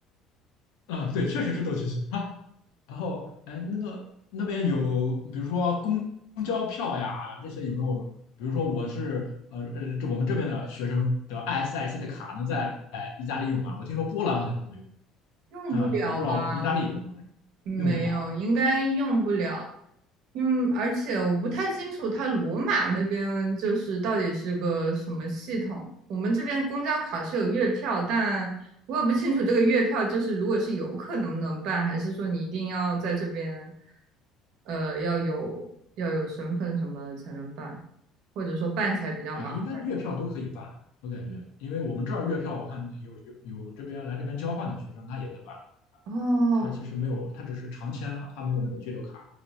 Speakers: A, on the left; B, on the right.
A: <laughs> 啊、对，确实是斗蛐蛐。<laughs> 然后，哎，那个那边有，比如说公公交票呀，这些有没有？比如说我是呃呃，这我们这边的学生的 ISIC 的卡能在意大利用吗？我听说波兰好像不能用，
B: 用不了吧？
A: 但我不知道意大利有没有这种，
B: 我没有，
A: 用不了啊
B: 应该用不了。嗯，而且我不太清楚它罗马那边就是到底是个什么系统。我们这边公交卡是有月票，但我也不清楚这个月票就是如果是游客能不能办，还是说你一定要在这边，呃，要有要有身份什么才能办，或者说办起来比较麻烦。
A: 啊，应该月票都可以办，我感觉，因为我们这儿月票我看有有有这边来这边交换的学生他也在办，
B: 哦，
A: 他其实没有，他只是长签啊，他没有那个居留卡。